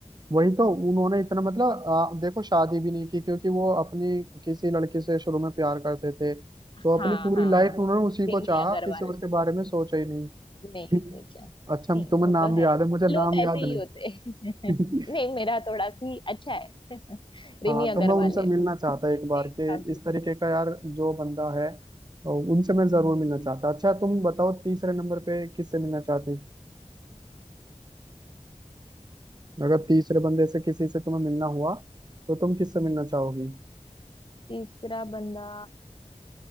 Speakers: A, on the right; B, on the left.
A: वही तो उन्होंने इतना मतलब आ, देखो शादी भी नहीं की क्योंकि वो अपनी किसी लड़की से शुरू में प्यार करते थे तो
B: हाँ
A: अपनी पूरी
B: हाँ
A: लाइफ
B: हाँ
A: उन्होंने उसी
B: प्रेमी
A: को चाहा
B: अग्रवाल
A: किसी और के बारे में सोचा ही नहीं
B: नहीं सोचा
A: <laughs>
B: नहीं
A: अच्छा तुम्हें
B: वो
A: नाम
B: तो
A: भी
B: है
A: याद है मुझे नाम
B: लोग
A: याद
B: ऐसे ही होते हैं। <laughs>
A: नहीं
B: नहीं
A: <laughs>
B: मेरा थोड़ा सी अच्छा है <laughs> रिमी
A: हाँ तो
B: अग्रवाल
A: मैं उनसे
B: है
A: मिलना
B: वो
A: चाहता एक बार
B: देखा
A: के
B: भी
A: इस तरीके का यार जो बंदा है तो उनसे मैं जरूर मिलना चाहता अच्छा तुम बताओ तीसरे नंबर पे किससे मिलना चाहती अगर तीसरे बंदे से किसी से तुम्हें मिलना हुआ तो तुम किससे मिलना चाहोगी
B: तीसरा बंदा